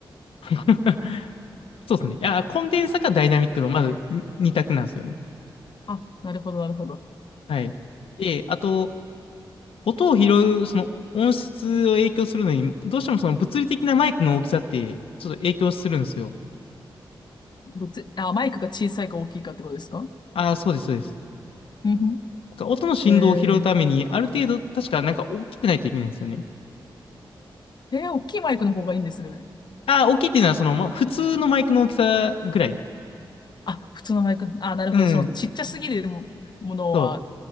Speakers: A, on the left; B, on the left.
A: <laughs> そうですね。いや、コンデンサかダイナミックの、
B: はい。
A: まずに二択なんですよね。
B: あ、なるほど、なるほど。
A: はい。で、あと、音を拾う、その音質を影響するのに、どうしてもその物理的なマイクの大きさって、ちょっと影響するんですよ。
B: どっち、あ、マイクが小さいか大きいかってことですか
A: ああ、そうです、そうです。
B: うんふん。
A: だから音の振動を拾うために、
B: えー、
A: ある程度、確かなんか大きくないといけないんですよね。
B: えー大きいマイクの方がいいんですね。
A: ああ、大きいっていうのは、その、ま、普通のマイクの大きさぐらい。
B: あ、普通のマイク。あ、なるほど。
A: うん。
B: そのちっちゃすぎるもものは、
A: そう。